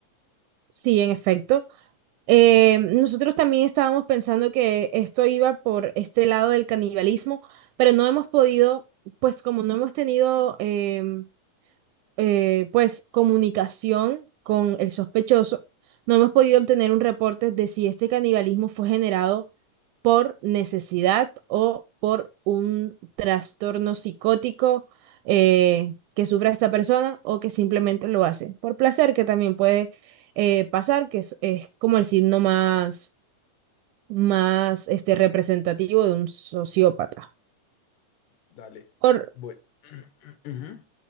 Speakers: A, on the right; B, on the left.
A: Sí, en efecto. Eh, nosotros también estábamos pensando que esto iba por este lado del canibalismo, pero no hemos podido, pues como no hemos tenido em, eh, pues comunicación con el sospechoso, no hemos podido obtener un reporte de si este canibalismo fue generado por necesidad o por un trastorno psicótico eh, que sufra esta persona o que simplemente lo hace por placer, que también puede eh, pasar, que es, es como el signo más, más este, representativo de un sociópata.
B: Dale.
A: Por
B: Bueno, <clears throat> Ujú.